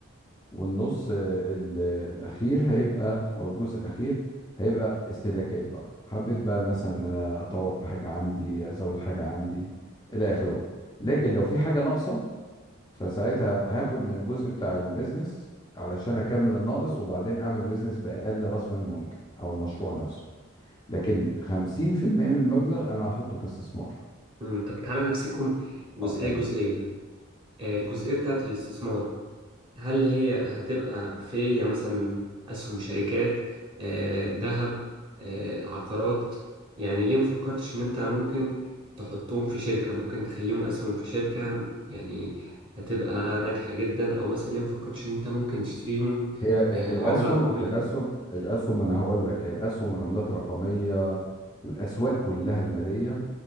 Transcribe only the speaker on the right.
مم. طب تعالى نمسكهم جزئية
جزئية آه، الجزئية بتاعت الاستثمار هل هي هتبقى في يعني مثلا أسهم شركات آه، ذهب آه، عقارات يعني ليه ما فكرتش إن أنت ممكن تحطهم في شركة ممكن تخليهم أسهم في شركة يعني هتبقى ناجحة جدا أو مثلا ليه ما فكرتش إن أنت ممكن تشتريهم
آه، عملة رقمية